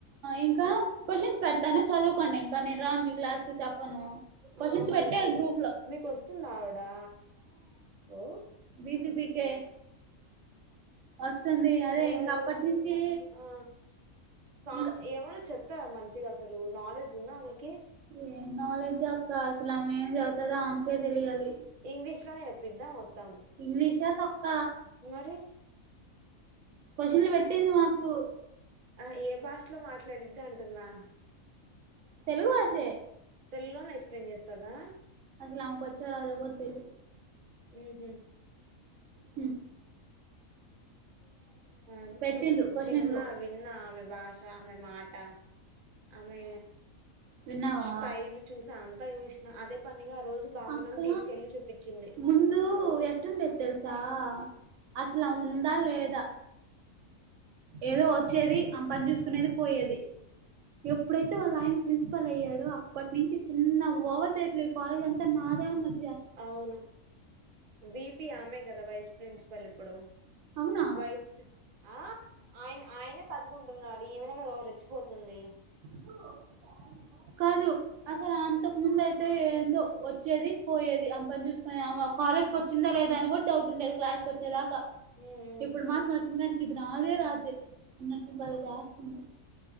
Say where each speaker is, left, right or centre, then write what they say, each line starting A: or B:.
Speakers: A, on the right (about 70°); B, on the right (about 45°).
A: ఇంకా క్వశ్చన్స్ పెడతాను చదువుకోండి ఇంకా నేను రాను మీ క్లాస్ కి చెప్పను క్వశ్చన్స్
B: ఆ మంచిది
A: పెట్టారు గ్రూప్ లో
B: మీకుస్తుంది ఆవిడా ఓ
A: బీబిపీకే వస్తుంది అదే
B: ఎవరు
A: ఇంకా అప్పటి నుంచి
B: ఆ కా
A: ఇంకా
B: ఏమైన్నా చెప్తా మంచిగా అసలు నాలేజ్ ఉందా ఆమెకి
A: ఏం నాలెడ్జ్ అక్క అసలు ఆమె ఏం చదువుతందో ఆమెకే తెలియాలి
B: ఇంగ్లీష్ లోనే చెప్పిద్దా మొత్తం
A: ఇంగ్లీష్ తొక్క
B: మరి
A: క్వ్చన్లు పెట్టింది మాకు
B: ఆ ఏ భాషలో మాట్లాడిది అంటుందా
A: తెలుగు భాష
B: తెలుగులోనే ఎక్స్ప్లెయిన్ చేస్తదా
A: అసలు ఆమెకు వచ్చో రాదో కూడా తెలిదు
B: ఉహు
A: ఉ
B: అన్
A: పెట్టిండ్రు
B: చూ
A: క్వశ్చన్లు
B: విన్నా విన్నా ఆమె భాష ఆమె మాట ఆమె
A: విన్నావా
B: స్టైల్ చూసి అంతా చూసిన అదే పనిగా ఆ రోజు బాను
A: అక్క
B: మ్యామ్ తీసుకెళ్ళి చూపించింది
A: ముందు ఎట్లుండేది తెలుసా అస్సలు ఆమె ఉందా లేదా ఏదో వచ్చేది ఆమె పని చూసుకునేది పోయేది ఎప్పుడైతే వాళ్ళయన ప్రిన్సిపల్ అయ్యాడో అప్పటి నుంచి చిన్న ఓవ చేయట్లే కాలేజ్ అంతా నాదే అన్నది
B: అవును విపి ఆమె కదా వైస్ ప్రిన్సిపల్ ఇప్పుడు
A: అవునా
B: వైస్ ప్రి ఆ ఆయన ఆయనే తగ్గుంటున్నాడు ఈమనే కదా ఓ రెచ్చిపోతుంది
A: <unintelligible> కాదు అసలు అంతకు ముందు అయితే ఏందో వచ్చేది పోయేది ఆమె పని చూసుకునేది ఆమే ఒక కాలేజ్ కు వచ్చిందా లేదా అని కూడా డౌట్ ఉండేదు క్లాస్ కి వచ్చేదాకా
B: ఉమ్ ఉమ్
A: ఇప్పుడు మార్స్ ఇది నాదే రాజ్యం అన్నట్టు బలే చేస్తుంది